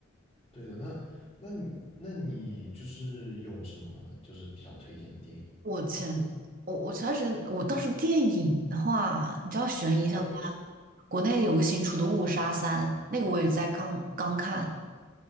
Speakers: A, on the left; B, on the right.
A: 对的，那那你那你就是有什么就是比较推荐的电影？
B: 我前我我前段时间我倒是电影的话，你知道悬疑相关，
A: 那电视
B: 国内有个新出的《误杀三》，那个我也在刚刚看，